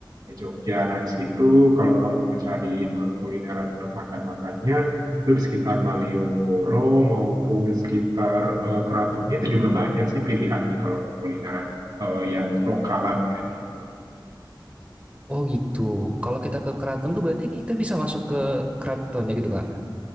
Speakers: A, on the right (about 55°); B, on the right (about 15°).
A: ke Jogja. Nah, di situ kalau kamu mau cari eh, kulineran untuk makan-makannya, itu di sekitar Malioboro maupun di sekitar eh, keratonnya itu juga banyak sih pilihannya kalau mau kulineran eh, yang lokalan kayak gitu.
B: Oh gitu. Kalau kita ke keraton tuh berarti kita bisa masuk ke keratonnya gitu Kak.